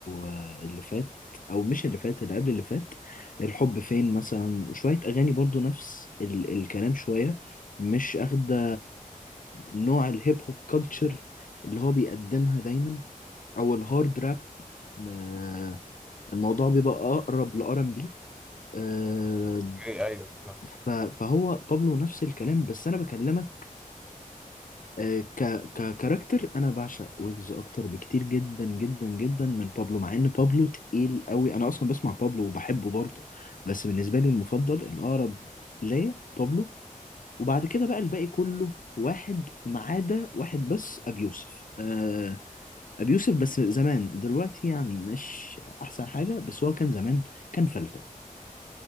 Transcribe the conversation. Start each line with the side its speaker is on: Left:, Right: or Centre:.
Left: آه اللي فات أو مش اللي فات اللي قبل اللي فات الحب فين مثلا وشوية أغاني برضو نفس ال الكلام شوية مش أخدة نوع الهيب هوب كلتشر اللي هو بيقدمها دايما أو الهارد راب آه الموضوع بيبقى أقرب لآر ام بي آه
Centre: أيوه أيوه فاهم
Left: ف- فهو بابلو نفس الكلام بس أنا بكلمك آه، ك ككاركتر انا بعشق ويجز اكتر بكتير جدا جدا جدا من بابلو مع ان بابلو تقيل قوي انا اصلا بسمع بابلو وبحبه برضه بس بالنسبه لي المفضل الاقرب ليا بابلو وبعد كده بقى الباقي كله واحد ما عدا واحد بس ابي يوسف آه، ابي يوسف بس زمان دلوقتي يعني مش احسن حاجه بس هو كان زمان كان فلته